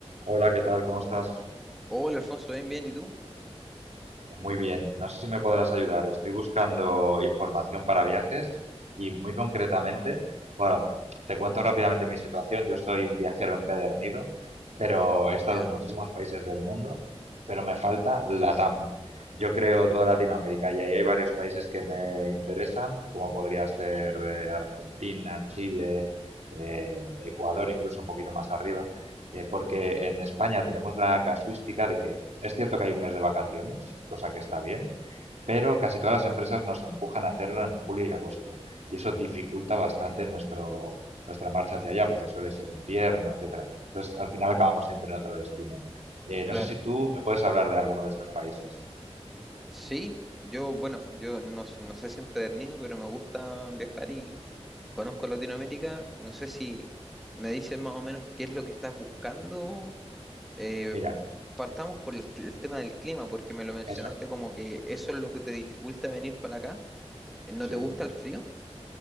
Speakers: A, on the right; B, in the centre.
A: Hola, ¿qué tal? ¿Cómo estás?
B: Hola Alfonso, bien, bien, ¿y tú?
A: Muy bien. No sé si me podrás ayudar. Estoy buscando información para viajes y muy concretamente, bueno, te cuento rápidamente mi situación. Yo soy un viajero empedernido, pero he estado
B: Ya,
A: en muchísimos países del mundo, pero me falta LATAM. Yo creo toda Latinoamérica y ahí hay varios países que me interesan, como podría ser eh, Argentina, Chile, eh, Ecuador, incluso un poquito más arriba eh, porque en España tenemos la casuística de que es cierto que hay un mes de vacaciones, cosa que está bien, pero casi todas las empresas nos empujan a hacerlo en julio y agosto y eso dificulta bastante nuestro, nuestra marcha hacia allá porque suele ser invierno, etcétera. Entonces, al final acabamos siempre en otro destino. Eh, no
B: claro.
A: sé si tú me puedes hablar de alguno de estos países.
B: Sí, yo, bueno, yo no, s- no sé si empedernido, pero me gusta viajar y conozco Latinoamérica. No sé si me dices más o menos qué es lo que estás buscando. Eh,
A: Mira,
B: partamos por el, el tema del clima, porque me lo mencionaste
A: eso.
B: como que eso es lo que te dificulta venir para acá. Eh, ¿No
A: Sí.
B: te gusta el frío?